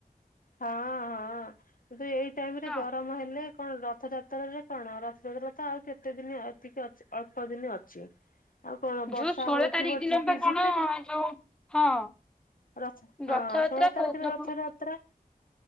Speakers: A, on the left (about 60°); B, in the centre.
A: ହଁ ହଁ କିନ୍ତୁ ଏଇ ଟାଇମ୍ ରେ
B: ହଁ
A: ଗରମ ହେଲେ କଣ ରଥଯାତ୍ରରେ କଣ? ରଥଯାତ୍ରା ତ ଆଉ କେତେ ଦିନି ଅଧିକ ଅ ଅଳ୍ପ ଦିନି ଅଛି। ଆଉ କଣ ବର୍ଷା
B: ଯୋଉ ଷୋହଳ
A: ହଉଥିବ
B: ତାରିଖ ଦିନ
A: ଝିପି
B: ବା କଣ
A: ଝିପିରି
B: ଯୋଉ ହଁ
A: ରଥ ହଁ
B: ରଥଯାତ୍ରା
A: ଷୋଳ ତାରିଖରେ
B: କୋଉଦିନ
A: ରଥ୍ରରାତ୍ରା।